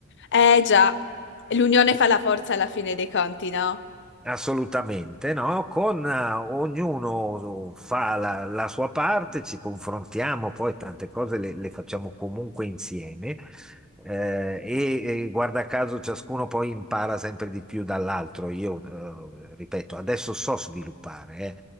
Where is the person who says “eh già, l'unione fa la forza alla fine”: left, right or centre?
Left